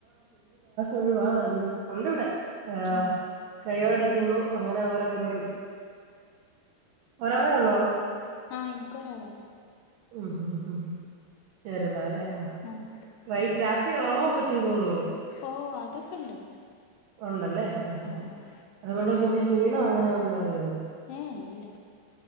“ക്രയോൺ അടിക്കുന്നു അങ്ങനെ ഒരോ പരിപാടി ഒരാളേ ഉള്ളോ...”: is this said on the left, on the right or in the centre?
Right